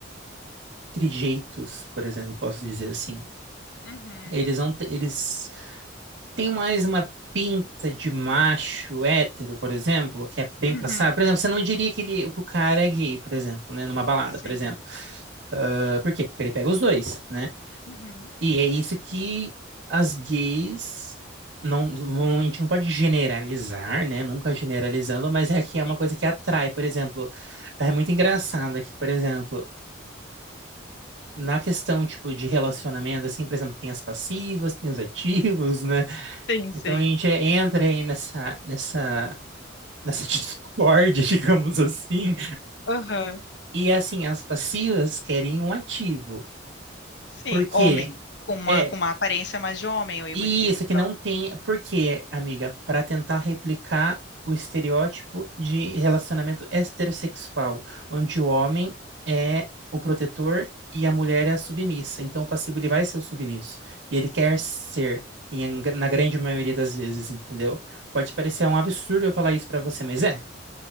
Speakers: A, on the right (about 80°); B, on the left (about 60°).
A: trejeitos, por exemplo, posso dizer assim.
B: uhum,
A: Eles não, te- eles têm mais uma pinta de macho hétero, por exemplo, que é bem
B: uhum,
A: passado. Por exemplo, você não diria que, ele, que o cara é gay, por exemplo, né, numa balada,
B: sim,
A: por exemplo. Ah, Por quê? Porque ele pega os dois, né?
B: uhum,
A: E é isso que as gays não, não- a gente não pode generalizar, né? Nunca generalizando, mas é que é uma
B: sim,
A: coisa que atrai, por exemplo, é muito engraçado que, por exemplo, na questão tipo de relacionamento, assim, por exemplo, tem as passivas, tem os ativos, né?
B: sim,
A: Então
B: sim,
A: a gente entra aí nessa nessa nessa <laughs> discórdia, digamos assim.
B: aham,
A: E assim, as passivas querem um ativo.
B: sim,
A: Por quê?
B: homem, com uma,
A: É,
B: com uma aparência mais de homem, eu imagino,
A: Isso,
B: então.
A: que não tem. Por quê, amiga? Para tentar replicar o estereótipo de relacionamento heterossexual, onde o homem é o protetor e a mulher é a submissa. Então, o passivo ele vai ser o submisso. E ele quer ser, em- na grande maioria das vezes, entendeu? Pode parecer um absurdo eu falar isso para você, mas é.